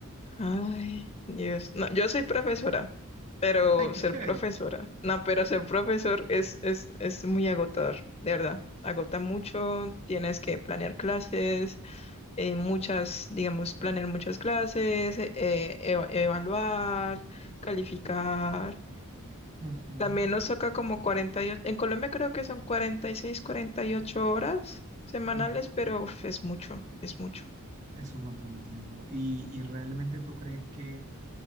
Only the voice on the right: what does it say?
Ay, qué
chévere.
Ujú,
ujú.
Es un montón de tiempo. ¿Y, y realmente tú crees que